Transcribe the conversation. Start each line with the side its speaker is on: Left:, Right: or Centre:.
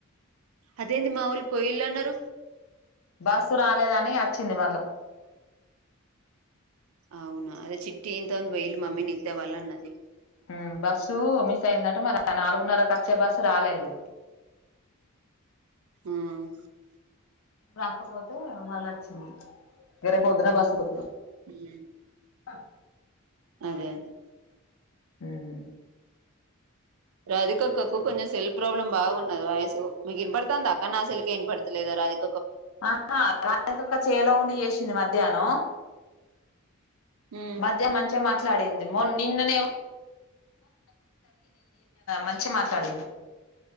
Right: అదేంటి మావోళ్ళు పోయిళ్ళన్నారు
Left: బస్సు రాలేదని వచ్చింది మళ్ళా
Right: అవునా అదే చిట్టి ఇంట్లోనుండి పోయిండ్రు మమ్మీ నిత్యా వాళ్ళు అన్నది
Left: ఆ బస్సు అ పోయిందట మరి నాలుగున్నరకొచ్చే బస్సు రాలేదు
Right: హ్మ్మ్
Left: రాకపోతే మళ్ళ నచ్చింది వేరే పొద్దున బసు పోతునామ్
Right: హ్మ్మ్
Left: ఆ
Right: అదే అదే
Left: హ్మ్మ్
Right: రాధికక్కకుర్ కొంచెం సెల్ఫ ప్రాబ్లమ్ బాగున్నది వయసు మీకు ఇన్ పడుతుందిాక్క నా సెల్కే ఇన పడతలేదా రాధిక
Left: ఆ రాదికక్క చేలో ఉండి చేసింది మధ్యాహ్నం
Right: ఉమ్
Left: మధ్య మంచిగా మాట్లాడింది మొ నిన్ననేమో మంచి మాట్లాడింది